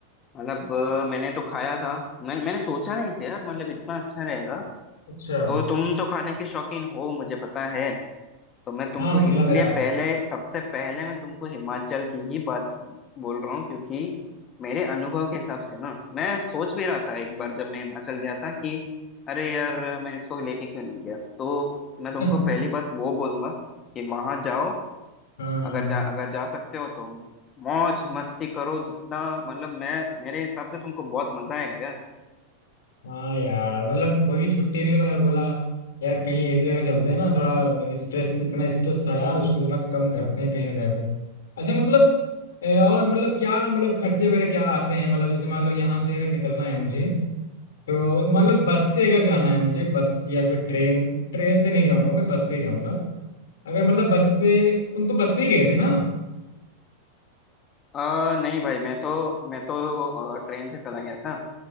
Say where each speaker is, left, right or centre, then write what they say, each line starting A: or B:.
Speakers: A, on the left; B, on the left.
A: मतलब अ, मैंने तो खाया था मैं, मैंने सोचा नहीं था यार मतलब इतना अच्छा रहेगा
B: अच्छा
A: तो तुम तो खाने के शौकीन हो मुझे पता है तो मैं तुमको
B: हाँ मतलब
A: इसलिए
B: यार
A: पहले सबसे पहले मैं तुमको हिमाचल की ही बात बोल रहा हूँ क्योंकि मेरे अनुभव के हिसाब से ना मैं सोच भी रहा था एक बार जब मैं हिमाचल गया था कि अरे यार मैं इसको लेके क्यों नहीं गया तो मैं तुमको
B: <laughs> हाँ
A: पहली बात वो बोलूंगा कि वहां जाओ
B: हाँ
A: अगर जा अगर जा सकते हो तो मौज मस्ती करो जितना मतलब मैं मेरे हिसाब से तुमको बहुत मजा आएगा यार
B: हाँ यार मतलब वही छुट्टी भी मैं बोला यार कहीं ऐसी जगह चलते हैं ना थोड़ा स्ट्रेस इतना स्ट्रेस था यार उसको थोड़ा कम करते हैं कहीं ना जाके अच्छा मतलब अ, और मतलब क्या मतलब खर्चे वगैरह क्या आते हैं मतलब जैसे मान लो यहाँ से अगर निकलना है मुझे तो मान लो बस से अगर जाना है मुझे बस या फिर ट्रेन ट्रेन से नहीं जाऊंगा मैं बस से ही जाऊंगा अगर मतलब बस से तुम तो बस से ही गए थे ना
A: आ, नहीं भाई मैं तो मैं तो ट्रेन से चला गया था